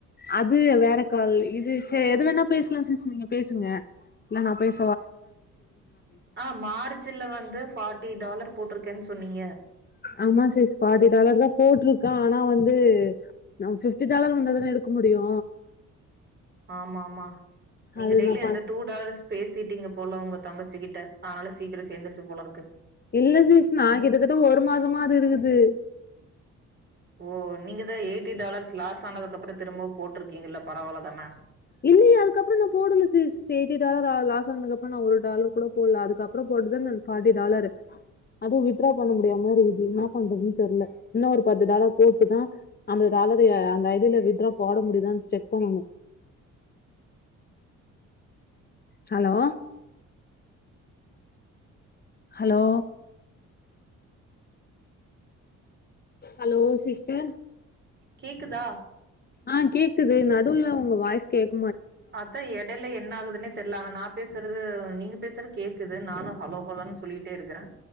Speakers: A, on the left (about 35°); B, on the right (about 35°).
A: அது வேறக்கால் இது சேர் எது வேணா பேசுலா சிஸ் நீங்க பேசுங்க இல்ல நா பேஸ்
B: ஆ மார்ச்சில்ல வந்து ஃபார்ட்டி டாலர் போட்ருக்கேன் சொன்னீங்
A: ஆமா சிஸ் பாதி டாலர் தா போட்ருக்கே ஆனா வந் து நம்ம பிஃட்டி டாலர் வந்தா தானே எடுக்க முடியு
B: ஆமா ஆமா நீங்க
A: அது
B: டெய்லியு
A: நா பண்
B: அந்த டூ டாலர்ஸ் பேசிட்டீங்க போல உங்கத் தங்கச்சிக்கிட்ட அனால சீக்கிரோ சேந்தருச்சு போல இருக்கு
A: இல்ல சிஸ் நா கிட்ட தட்ட ஒரு மாசமா அது இருக்குது
B: ஓ நீங்கதா எயிட்டி டாலர்ஸ் லாஸ் ஆனதுக்கப்பறோ திரும்பவு போட்ருக்கீங்கல்ல பரவால தான
A: இல்லையே அதுக்கப்றோ நா போடல சிஸ் எயிட்டி டாலர்ரா லாஸ் ஆனதுக்கப்றோ நா ஒரு டாலர் கூட போல்ல அதுக்கப்பறோ போட் போட்டுதா நன் ஃபார்ட்டி டாலர்ரு அதுவு வித்ரா பண்ண முடியாம இருகுது என்ன பண்றதுன் தெர்ல இன்னு ஒரு பத்து டாலர் போட்டுதா ஐம்பது டா அல்லது அந்த இதுல விட்றா போட முடியுதான் செக் பண்ணணு ஹலோ ஹலோ ஹலோ சிஸ்டர்
B: கேக்குதா
A: ஆ கேக்குது நடுல உங்க வாய்ஸ் கேக்
B: அதா எடையில என்ன ஆகுதுன்னே தெர்ல ஆனா நா பேசுறது நீங்க பேசுறது கேக்குது நானு ஹலோ ஹோலன் சொல்லிட்டே இருக்கறே